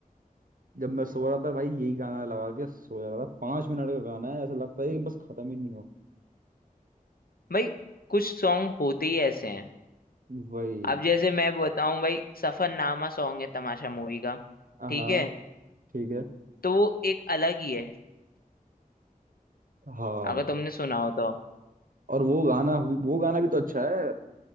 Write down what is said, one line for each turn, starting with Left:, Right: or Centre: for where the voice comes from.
Right: जब मैं सो रहा था भाई यही गाना लगा के सो जा रहा था पांच मिनट का गाना है ऐसा लगता है कि बस खत्म ही नहीं हो
Left: भाई कुछ सॉन्ग होते ही ऐसे हैं
Right: वही
Left: अब जैसे मैं बताऊं भाई सफरनामा सॉन्ग है तमाशा मूवी का
Right: हाँ
Left: ठीक है
Right: ठीक है
Left: तो वो एक अलग ही है
Right: हाँ
Left: अगर तुमने सुना हो तो
Right: और वो गाना वो गाना भी तो अच्छा है